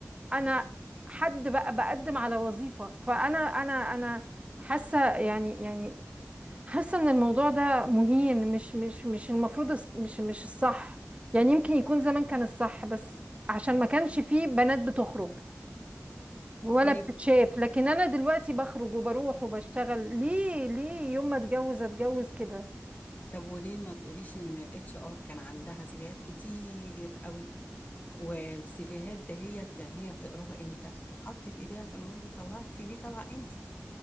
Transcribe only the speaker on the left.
طيب
طب وليه ما تقوليش ان الاتش ار كان عندها سيفيهات كتير قوي والسيفيهات دهيت يعني هي تقراها امتى حطت ايديها في النص طلعت سي في طلع انت